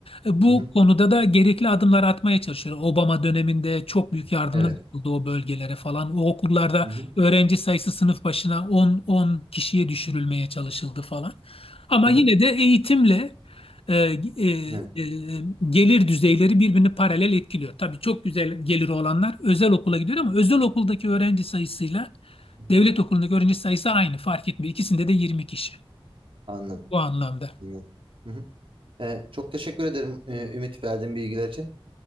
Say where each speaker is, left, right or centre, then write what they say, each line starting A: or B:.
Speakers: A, on the left; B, on the right.
A: Ee, Bu
B: Hı hı.
A: konuda da gerekli adımlar atmaya çalışıyor. Obama döneminde çok büyük yardımlar
B: Evet.
A: yapıldı o bölgelere falan. O okullarda
B: Hı hı.
A: öğrenci sayısı sınıf başına 10-10 kişiye düşürülmeye çalışıldı falan. Ama
B: Hı
A: yine
B: hı.
A: de eğitimle e, e,
B: Evet.
A: e, gelir düzeyleri birbirini paralel etkiliyor. Tabii çok güzel geliri olanlar özel okula gidiyor ama özel okuldaki öğrenci sayısıyla
B: Hı hı.
A: devlet okulundaki öğrenci sayısı aynı fark etmiyor. İkisinde de 20 kişi
B: Anladım.
A: bu anlamda.
B: Anladım. Hı hı. Ee, çok teşekkür ederim e, Ümit verdiğin bilgiler için.